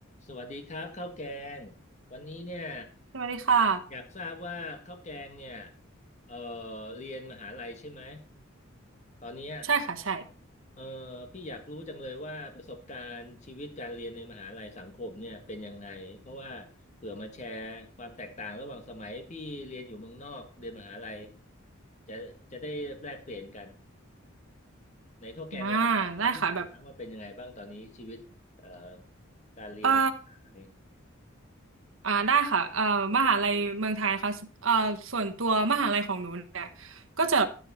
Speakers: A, on the left (about 35°); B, on the right (about 70°).
A: สวัสดีครับข้าวแกงวันนี้เนี่ย
B: สวัสดีค่ะ
A: อยากทราบว่าข้าวแกงเนี่ยเอ่อเรียนมหาลัยใช่ไหมตอนเนี้ย
B: ใช่ค่ะใช่
A: เอ่อพี่อยากรู้จังเลยว่าประสบการณ์ชีวิตการเรียนในมหาลัยสังคมเนี่ยเป็นยังไงเพราะว่าเผื่อมาแชร์ความแตกต่างระหว่างสมัยพี่เรียนอยู่เมืองนอกเรียนมหาลัยจะจะได้แลกเปลี่ยนกันในข้าวแกงเราบอกพี่หน่อยครับว่าเป็นยังไงบ้างตอนนี้ชีวิตเอ่อ
B: อ่าได้ค่ะแบบ
A: การเรียนมหาลัย
B: เอ่ออ่าได้ค่ะเอ่อมหาลัยเมืองไทยนะคะเอ่อส่วนตัวมหาลัยของหนูเนี่ยก็จะ